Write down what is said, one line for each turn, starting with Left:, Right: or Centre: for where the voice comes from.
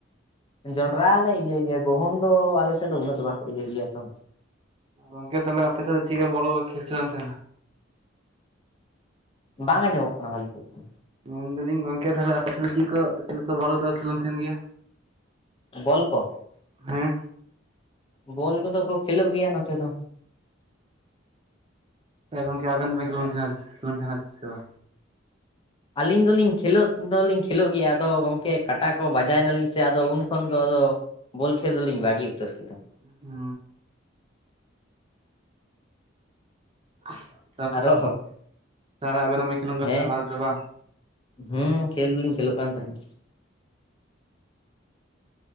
Left: ᱡᱚᱱᱰᱨᱟ ᱞᱮ ᱤᱭᱟᱹ ᱜᱮᱭᱟ ᱜᱚᱦᱚᱢ ᱫᱚ ᱟᱞᱮᱥᱮᱫ ᱫᱚ ᱩᱱᱟᱹᱜ ᱫᱚ ᱵᱟᱠᱚ ᱤᱭᱟᱹᱭ ᱜᱮᱭᱟ ᱛᱚ।
Right: ᱜᱚᱝᱠᱮ ᱛᱟᱦᱞᱮ ᱟᱯᱮ ᱥᱮᱫ ᱫᱚ ᱪᱤᱠᱟ ᱵᱚᱞ ᱠᱷᱮᱞ <unintelligible> ᱛᱟᱦᱮᱱᱟ?
Left: ᱵᱟᱝ ᱟᱸᱡᱚᱢᱚᱜ ᱠᱟᱱᱟ ᱵᱷᱟᱹᱞᱤ ᱠᱚ ᱫᱚ।
Right: ᱢᱮᱱᱫᱟᱞᱤᱧ ᱜᱚᱝᱠᱮ ᱛᱟᱦᱚᱞᱮ ᱟᱯᱮ ᱫᱚ ᱪᱤᱞ ᱠᱚ ᱪᱤ ᱞᱮᱠᱟ ᱵᱚᱞ ᱠᱚ ᱠᱷᱮᱞᱳᱱ ᱛᱟᱦᱮᱱ ᱜᱮᱭᱟ?
Left: ᱵᱚᱞ ᱠᱚ?
Right: ᱦᱮᱸ।
Left: ᱵᱚᱞ ᱠᱚᱫᱚ ᱠᱚ ᱠᱷᱮᱞᱳᱜ ᱜᱮᱭᱟ ᱱᱚᱛᱮ ᱫᱚ।
Right: ᱦᱮᱸ ᱜᱚᱝᱠᱮ ᱟᱵᱮᱱ ᱫᱚ ᱵᱮᱱ ᱠᱷᱮᱞᱳᱱ ᱛᱟᱦᱮᱱ ᱠᱷᱮᱞᱳᱱ ᱛᱟᱦᱮᱱᱟ ᱥᱮ ᱵᱟᱝ?
Left: ᱟᱹᱞᱤᱧ ᱫᱚᱞᱤᱧ ᱠᱷᱮᱞᱳᱜ ᱫᱚᱞᱤᱧ ᱠᱷᱮᱞᱳᱜ ᱜᱮᱭᱟ ᱟᱫᱚ ᱜᱚᱝᱠᱮ ᱠᱟᱴᱟ ᱠᱚ ᱵᱟᱡᱟᱭᱱᱟᱞᱤᱧ ᱥᱮ ᱟᱫᱚ ᱩᱱ ᱠᱷᱚᱱ ᱫᱚ ᱟᱫᱚ ᱵᱚᱞ ᱠᱷᱮᱞ ᱫᱚᱞᱤᱧ ᱵᱟᱹᱜᱤ ᱩᱛᱟᱹᱨ ᱠᱮᱫᱟ।
Right: <inaudible> <unintelligible>
Left: ᱟᱨᱚ
Right: ᱛᱟᱞᱮ ᱟᱵᱮᱱ ᱦᱚᱵᱮᱱ ᱠᱷᱮᱞᱳᱜ ᱠᱟᱱ
Left: ᱦᱮᱸ
Right: <unintelligible> ᱞᱟᱦᱟ ᱛᱮᱫᱚ ᱵᱟᱝ?
Left: ᱦᱩᱸ ᱠᱷᱮᱞ ᱫᱚᱞᱤᱧ ᱠᱷᱮᱞᱳᱜ ᱠᱟᱱ ᱛᱟᱦᱮᱸᱫ।